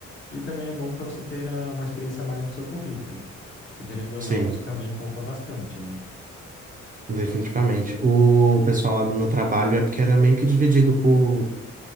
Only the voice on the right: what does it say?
Sim,
definitivamente. O pessoal lá do meu trabalho é porque era meio que dividido por,